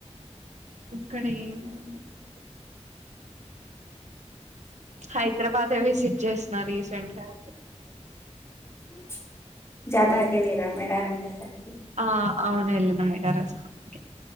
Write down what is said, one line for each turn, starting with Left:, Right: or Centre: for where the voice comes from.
Right: ఇక్కడ ఏమున్ వదల్లేదు హైదరాబాద్ విజిట్ చేసిన రీసెంట్ అయితే
Left: ప్చ్ జాతర కెళ్లిరా మేడారం జాతర
Right: ఆ అవును ఎళ్ళినం మేడారం జాతర